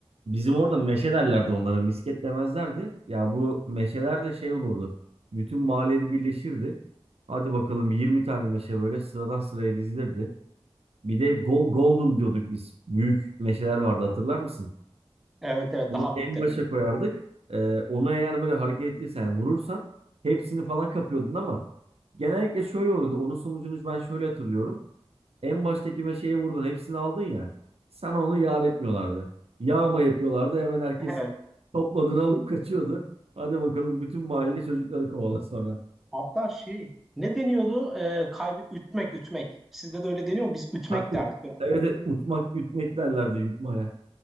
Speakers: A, on the right (about 75°); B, in the centre.
A: bizim orada meşe derlerdi onlara. Misket demezlerdi. Ya bu meşeler de şey olurdu. Bütün mahalleli birleşirdi. Hadi bakalım 20 tane meşe böyle sıradan sıraya dizilirdi. Bir de Go- Golden diyorduk biz. Büyük meşeler vardı hatırlar mısın?
B: Evet evet
A: Onu
B: daha
A: en
B: büyükler
A: başa
B: böyle.
A: koyardık. Ee, onu eğer böyle hareket ettiysen yani vurursan hepsini falan kapıyordun ama genellikle şöyle oluyordu. Onun sonucunu ben şöyle hatırlıyorum. En baştaki meşeyi vurdun hepsini aldın ya. Sana onu yar etmiyorlardı. Yağma yapıyorlardı. Hemen herkes
B: <laughs> Evet.
A: topladığını alıp kaçıyordu. Hadi bakalım bütün mahalle çocukları kovala sonra.
B: Hatta şey ne deniyordu? Ee, kaybı ütmek ütmek. Sizde de öyle deniyor mu? Biz ütmek
A: Ha, ut-
B: derdik böyle.
A: evet, evet, utmak, ütmek derlerdi yutmaya.